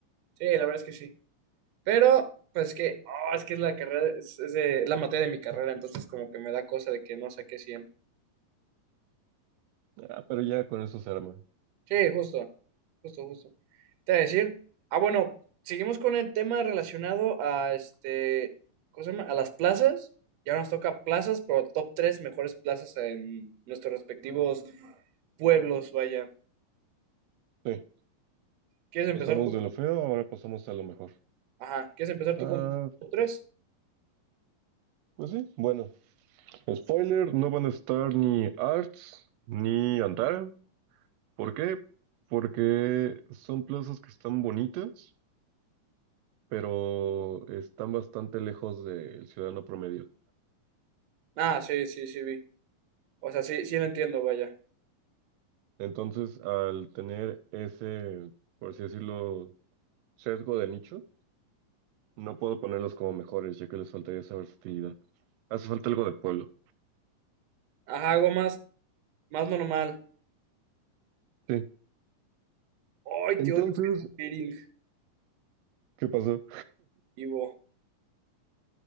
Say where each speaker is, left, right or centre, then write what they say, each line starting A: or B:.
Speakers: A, on the right; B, on the right.
A: Sí, la verdad es que sí. Pero, pues que, oh, es que es la carrera, es, es de- es la materia de mi carrera, entonces como que me da cosa de que no saqué cien
B: Ah, pero ya con eso se arma.
A: Sí, justo, justo, justo. Te voy a decir, ah, bueno, seguimos con el tema relacionado a este, ¿cómo se llama? A las plazas. Y ahora nos toca plazas, pero top tres mejores plazas en nuestros respectivos pueblos, vaya.
B: Sí,
A: ¿Quieres empezar
B: pasamos
A: tú?
B: de lo feo, ahora pasamos a lo mejor.
A: Ajá, ¿quieres empezar tú
B: Ah,
A: con top tres?
B: pues sí, bueno. Spoiler, no van a estar ni Arts ni Antara. ¿Por qué? Porque son plazas que están bonitas, pero están bastante lejos del ciudadano promedio.
A: Ah, sí, sí, sí, vi. O sea, sí, sí lo entiendo, vaya.
B: Entonces, al tener ese, por así decirlo, sesgo de nicho, No puedo ponerlos como mejores, ya que les faltaría esa versatilidad. Hace falta algo de pueblo.
A: Ajá, algo más, más normal.
B: Sí.
A: Ay,
B: Entonces,
A: te odio Facebook Dating,
B: ¿qué pasó?
A: Ivo.